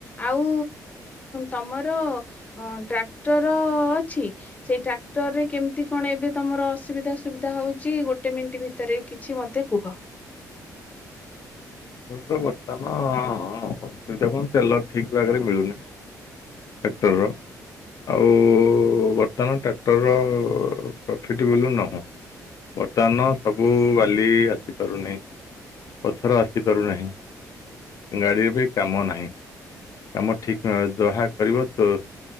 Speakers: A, on the left; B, on the left.
A: ଆଉ ତମର ଟ୍ରାକ୍ଟର ଅଛି। ସେଇ ଟ୍ରାକ୍ଟର ରେ କେମିତି କଣ ଏବେ ତମର ଅସୁବିଧା ସୁବିଧା ହଉଛି ଗୋଟେ ମିନିଟ୍ ଭିତରେ ଭିତରେ କିଛି ମତେ କୁହ।
B: ବର୍ତ୍ତମାନ ଅସୁବିଧା କଣ ତେଲ ଠିକ ଭାଗରେ ମିଳୁନି। ଟ୍ୟାକ୍ଟରର ଆଉ ବର୍ତ୍ତମାନ ଟ୍ରାକ୍ଟରର ପ୍ରଫିଟ ବୋଲିୁଲ ନହୁଁ। ବର୍ତ୍ତମାନ ସବୁ ବାଲି ଆସିପାରୁନି ପଥର ଆସି ପାରୁନାହିଁ ଗାଡ଼ିରେ ବି କାମ ନାହିଁ। କାମ ଠିକ ଯାହା କରିବ ତ